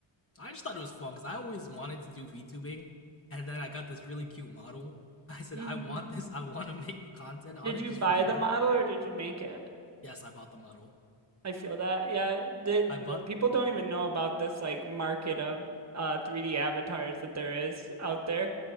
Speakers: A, on the left; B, on the right.
A: I just thought it was fun because I always wanted to do VTubing, and then I got this really cute model. <laughs> I said,
B: hmm
A: I want this. I want to <laughs> make content on
B: Did
A: it
B: you
A: just
B: buy
A: for fun.
B: the model or did you make it?
A: Yes, I bought the model.
B: I feel that. Yeah, the no,
A: I bought,
B: people don't even know about this like market of uh 3D avatars that there is out there